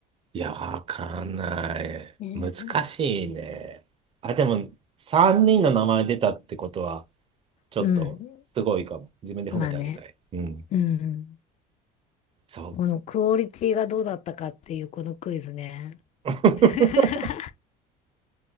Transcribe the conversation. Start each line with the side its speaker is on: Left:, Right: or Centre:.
Right: いや、わかんない。
Left: うん
Right: 難しいね。あ、でも、3人の名前出たってことは、ちょっと、
Left: うん。
Right: すごいかも。自分で褒めてあげたい。
Left: まあね。
Right: うん。
Left: うん。
Right: そ
Left: このクオリティがどうだったかっていうこのクイズね。
Right: う。
Left: <laughs>
Right: <laughs>